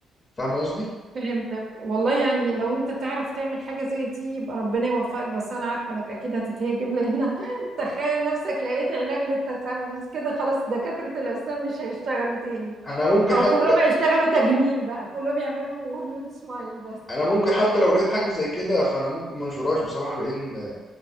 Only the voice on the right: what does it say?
فهمتك والله يعني لو انت تعرف تعمل حاجة زي دي يبقى ربنا يوفقك بس انا عارفة انك اكيد هتتهاجم لان <laughs> تخيل نفسك لقيت علاج للتسوس كده خلاص دكاترة الأسنان مش هيشتغلوا تاني
او
كلهم
هيشتغلوا تجميل بقى كلهم يعملوا هوليود سمايل بس